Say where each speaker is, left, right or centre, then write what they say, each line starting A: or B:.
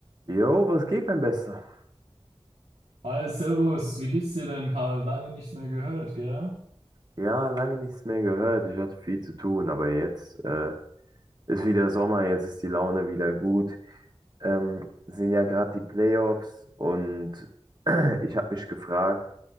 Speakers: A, on the right; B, on the right.
A: Jo, was geht, mein Bester?
B: Hi, Servus, wie geht's dir denn, Karl? Lange nichts mehr gehört, gell?
A: Ja, lange nichts mehr gehört. Ich hatte viel zu tun, aber jetzt äh, ist wieder Sommer, jetzt ist die Laune wieder gut. Ähm, sind ja gerade die Playoffs und <clears throat> ich habe mich gefragt,